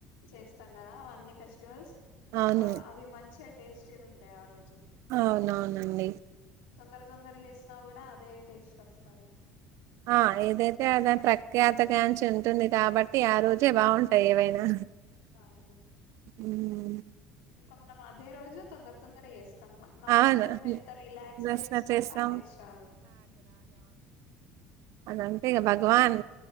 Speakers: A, on the left; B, on the right.
A: చేస్తాం కదా అన్ని ఫెస్టివల్స్
B: అవును
A: అవి మంచిగా టేస్టీగా ఉంటాయి, ఆ రోజు
B: అవునవునండి.
A: తొందర తొందరగా చేసినా కూడా అదే టేస్ట్ వస్తాది.
B: ఆ ఏదైతే అదే ప్రఖ్యాతగాంచి ఉంటుంది కాబట్టి ఆ రోజే బాగుంటాయ్ ఏవైనా
A: అవును
B: ఉమ్
A: ఇంకా మనం అదే రోజు తొందర తొందర చేేస్ నార్మల్
B: అవును
A: టైమ్ ల ఎంత రిలాక్స్గా
B: రస్నా
A: చేసినా
B: చేస్తాం
A: కూడా ఆ టేస్ట్ రాదు.
B: అదంతేగా భగవాన్